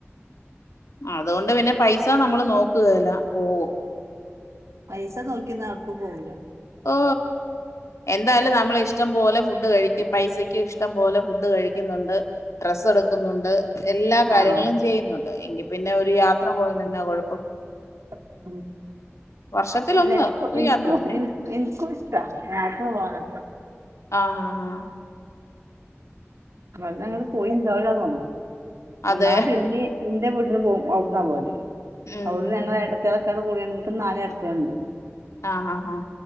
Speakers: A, on the left; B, on the right.
A: ആ അതുകൊണ്ട് പിന്നെ പൈസ നമ്മള് നോക്കുകേല്ല പോവും
B: പൈസ നോക്കിന്നാ ഒട്ക്കും പോവൂല
A: ഓ എന്തായാലും നമ്മള് ഇഷ്ടം പോലെ ഫുഡ് കഴിക്കും പൈസക്ക് ഇഷ്ടം പോലെ ഫുഡ് കഴിക്കുന്നുണ്ട് ഡ്രസ്സ് എടുക്കുന്നുണ്ട് എല്ലാ കാര്യങ്ങളും
B: ആഹ്
A: ചെയ്യുന്നുണ്ട് എങ്കി പിന്നെ ഒരു യാത്ര പോയാലെന്നാകുഴ പ്പം
B: ആ
A: വർഷത്തിലൊന്ന്
B: അല്ല എനിക്കു
A: ഒരു
B: ഇൻക്കു
A: യാത്ര പിന്നെ
B: ഇൻ ഇൻക്കു ഇഷ്ട യാത്ര പോവാനൊ
A: ആഹ് ആഹ്ആഹ്
B: ക്കള്ളൾ <unintelligible> പോയി ന്താവുല്ലാ ന്നുള്ളു
A: അതെ
B: എന്നാപിന്നി എന്റെ വീട്ട്ന്ന് പോവും ഔട്ന്നാ പോവല്
A: ഉം
B: അവിടുന്ന്
A: ഉം
B: ഞങ്ങൾ
A: ഉം
B: ഏട്ടത്ത്യേളെക്കെ കൂടിയാണ് പ്പന്നാല് ഏട്ടത്ത്യേള്ണ്ട്
A: ആഹ് ആഹ്